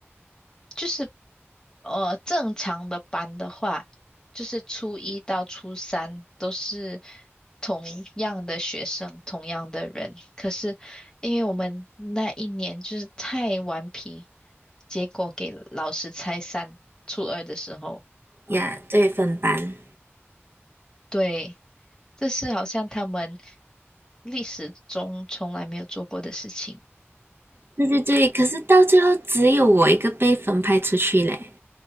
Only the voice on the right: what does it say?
呀，对，分班，
对对对。可是到最后只有我一个被分派出去嘞。